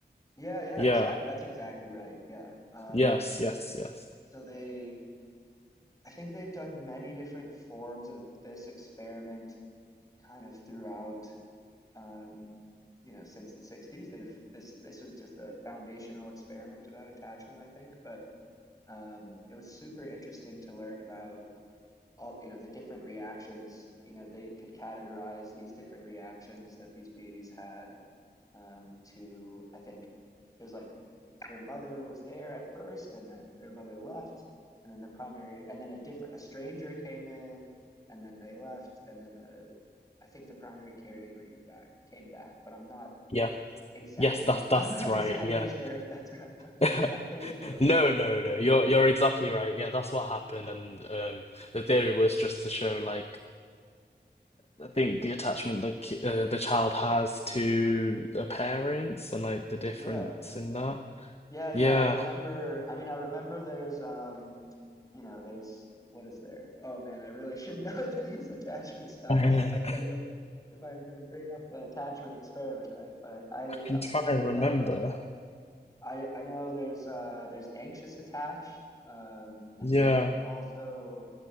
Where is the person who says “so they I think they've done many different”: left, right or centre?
Left